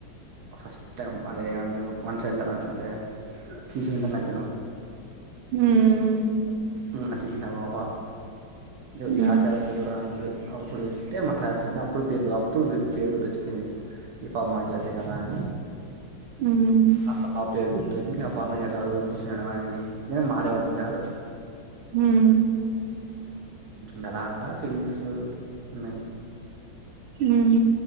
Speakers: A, on the right; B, on the right.
A: ఫస్ట్ టైమ్ అదే ఏమంట్రో వన్ సైడ్ లవంటే అంటే చూసినావెంటనే నచ్చడం
B: ఉమ్
A: ఉ తీసిన వావా
B: ఉమ్
A: యాక్లాస్ ఎవరానప్పుడు అప్పుడు టే మా క్లాస్ల్నే అప్పుడు పెరుగు అప్పుడు పేరు గుర్తొచ్చింది ఈ పాప మా క్లాసే కదాని
B: ఉమ్
A: ఆ పాప పేరు గుర్తొచ్చింది ఆ పాపను ఎక్కడో చూసానా అని నేను మాట్లాడేవాడిని కాదు
B: హుమ్
A: మెలాగా ఫీలింగ్స్ ఉన్నాయి
B: హుమ్